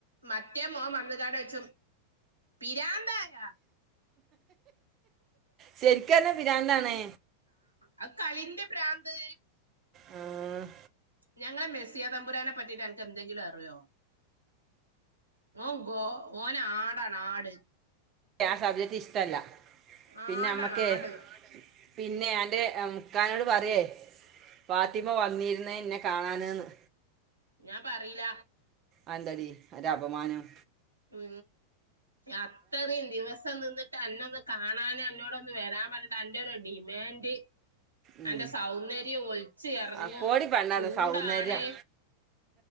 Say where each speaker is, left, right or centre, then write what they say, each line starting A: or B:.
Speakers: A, on the right; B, on the right.
A: മറ്റേ മോൻ വന്നിക്കാണ്ട് ചോയിച്ചും പിരാന്തായ
B: ശരിക്കല്ലാ പിരാന്ത്‌ണേ
A: ആ കളിന്റെ ഭ്രാന്ത്
B: ആ
A: ഞങ്ങളെ മെസ്സിയ തമ്പുരനെ പറ്റിട്ട് എനക്ക് എന്തെങ്കിലും അറിയോ ഓ ഗ ഓനെ ആടാണ് ആട്
B: ആ സബ്ജക്റ്റ് ഇഷ്ടല്ല പിന്നെ
A: ആടാണ്
B: നമ്മുക്ക്
A: ആട്
B: പിന്നെ എൻ്റെ ഇക്കാനോട് പറയേ ഫാത്തിമ്മ
A: ഉം
B: വന്നിരുന്ന എന്നെ കാണാനെന്ന്
A: ഞാൻ പറയില
B: ആ ന്തടി ഒരു അപമാനം
A: ഉ അത്രയും ദിവസം നിന്നിട്ട് എന്നൊന്ന് കാണാനോ അന്നോടൊന്ന് വരാൻ പറഞ്ഞിട്ട് അന്റെറ ഒരു ഡിമാൻഡ്
B: ഉം
A: അന്റെ സൗന്ദര്യം ഒലിച്ചു ഇറങ്ങും
B: ആ പോടി പെണ്ണാണ്
A: ചൂടാണ്
B: സൗന്ദര്യം